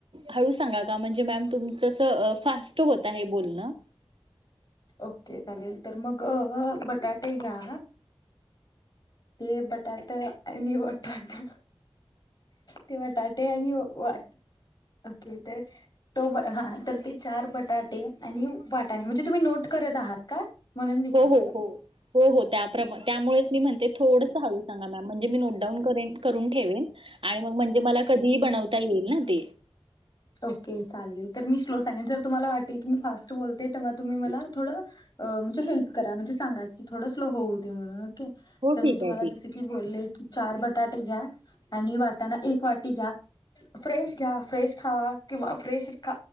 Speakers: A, on the right; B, on the left.
A: हळू सांगा का म्हणजे मॅम तुमचअसं फास्ट होत आहे बोलणं.
B: ओके चालेल, तर मग बटाटे घ्या ते बटाट आनी वटानं ते बटाटे आणि वा ओके तर तो हा तर ते चार बटाटे आणि वाटाणे म्हणजे तुम्ही नोट करत आहात का? म्हणून विचारलं
A: हो हो हो हो हो त्याप्रमा त्यामुळेच मी म्हणते, थोडंसं हळू सांगा मॅम म्हणजे मी नोट डाऊन करेन करून ठेवेन आणि मग म्हणजे मला कधीही बनवता येईल ना ते
B: ओके चालेल तर मी स्लो सांगेन जर तुम्हाला वाटेल, की मी फास्ट बोलते, तेव्हा तुम्ही मला थोडं अ म्हणजे हेल्प करा म्हणजे सांगा की थोड स्लो होऊ दे म्हणून ओके
A: हो
B: तर
A: ठीक
B: मी तुम्हाला
A: आहे ठीक
B: जसं
A: आहे
B: कि बोलले की चार बटाटे घ्या आणि वाटाणा एक वाटी घ्या फ्रेश घ्या, फ्रेश खावा किंवा फ्रेश ख